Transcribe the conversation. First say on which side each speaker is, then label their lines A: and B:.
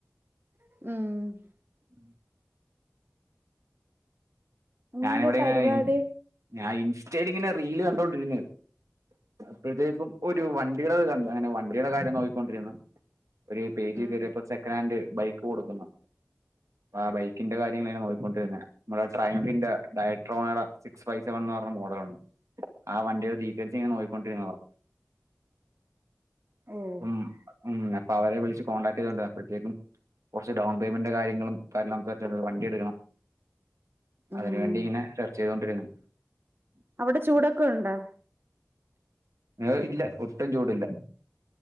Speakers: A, on the right; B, on the right.
A: ഉം
B: ഉം <unintelligible>
A: ഇന്നെന്താ
B: ഞാന് ഇവിടെ
A: പരിപാടി
B: ഇങ്ങനെ ഞാൻ ഇൻസ്റ്റയില് ഇങ്ങനെ റീല് കണ്ടൊണ്ടിരുന്നെത് അപ്പഴ്ത്തേക്കും ഒരു വണ്ടീടെത് കണ്ടു. അങ്ങനെ വണ്ടീടെ കാര്യം നോക്കിക്കൊണ്ടിരുന്ന് ഒരു പേജിൽ
A: ഉം
B: കേറിയപ്പോ സെക്കനാന്റ് ബൈക്ക് കൊടുക്കുന്നു ആ ബൈക്കിന്റെ കാര്യങ്ങള് ങ്ങനെ നോക്കിക്കൊണ്ടിരുന്നെ. മ്മളെ ട്രയൻഫിന്റെ ഡയട്രോമേടെ സിക്സ് ഫൈറ്റ പറഞ്ഞ ഒരെണ്ണം മോഡലുണ്ട്. ആ വണ്ടീടെ ഡീറ്റെയിൽസ് ഇങ്ങനെ നോയിക്കൊണ്ടിരുന്നതാ
A: ഓഹ്
B: ഉം ഉം. അപ്പൊ അവരെ വിളിച്ച് കോടാക്ട് ചെയ്തോണ്ട അപ്പഴ് തേക്കും കൊർച്ച് ഡൗൺ പേയ്മെന്റിന്റെ കാര്യങ്ങളും കാരണം സംസാരിച്ച് ഒര് വണ്ടിട്ക്കണം
A: ഉം
B: അതിന് വേണ്ടി ഇങ്ങനെ ചർച്ച ചെയ്തൊണ്ടിരുന്ന്
A: അവടെ ചൂടൊക്കെ ഉണ്ടോ
B: ഏഹ് ഇല്ല ഒട്ടും ചൂടില്ല.